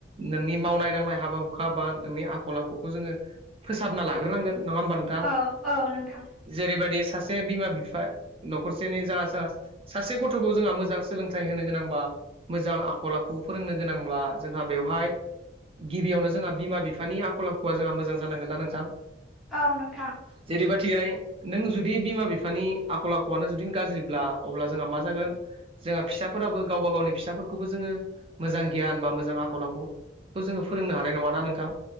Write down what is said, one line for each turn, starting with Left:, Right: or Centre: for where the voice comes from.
Right: नोंनि मावनाय दांनाय हाबा हुखा बा नोंनि आखल आखुखौ जोङो फोसाबना लाग्रोनांगोन नङा ओमबा नों
Centre: अ अ नोंथां।
Right: जेरैबायदि सासे बिमा बिफा न'खरसेनि जा जा सासे गथ'खौ जोङा मोजां सोलोंथाइ होनो गोनांबा मोजां आखल आखु फोरोंनो गोनांब्ला जोंहा बेवहाय गिबियावनो जोंहा बिमा बिफानि आखल आखुआ जोंहा मोजां जानांगोन ना नोंथां?
Centre: औ नोंथां
Right: जेरैबायथिहाय नों जुदि बिमा बिफानि आखल आखुवानो जुदि गाज्रिब्ला अब्ला जोंहा मा जागोन जोंहा फिसाफोराबो गावबा गावनि फिसाफोरखौबो जोङो मोजां गियान बा मोजां आखल आखु खौ जोङो फोरोंनो हानाय नङा ना नोंथां?